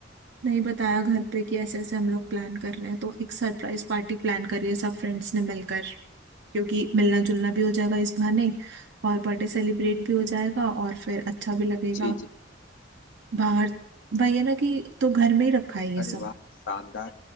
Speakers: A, on the right; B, on the left.
A: नहीं बताया घर पे कि ऐसे ऐसे हम लोग प्लान कर रहे हैं तो एक सरप्राइज पार्टी प्लान करी है सब फ्रेंड्स ने मिलकर क्योंकि मिलना जुलना भी हो जाएगा इस बहाने और बर्थडे सेलिब्रेट भी हो जाएगा और फिर अच्छा भी लगेगा
B: जी जी
A: बाहर वही है ना कि तो घर में ही रखा है ये
B: अरे
A: सब
B: वाह शानदार